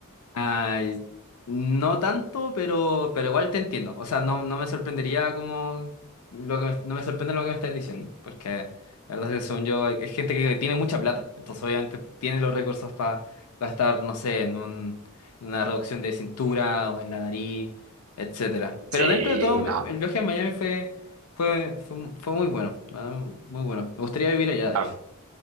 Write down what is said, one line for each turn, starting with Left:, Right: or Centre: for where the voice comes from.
Left: Ay, no tanto, pero, pero igual te entiendo. O sea, no, no me sorprendería como lo que me- no me sorprende lo que me estás diciendo, porque la verdad es que según yo, hay- es gente que tiene mucha plata, entonces obviamente tiene los recursos para gastar, no sé, en un- en una reducción de cintura o en la nariz, etcétera. Pero
Right: Sí,
Left: dentro de todo, me-
Right: no.
Left: el viaje a Miami fue, fue, fue, fue muy bueno, la verdad, muy bueno. Me gustaría vivir allá, de
Right: Ah,
Left: hecho.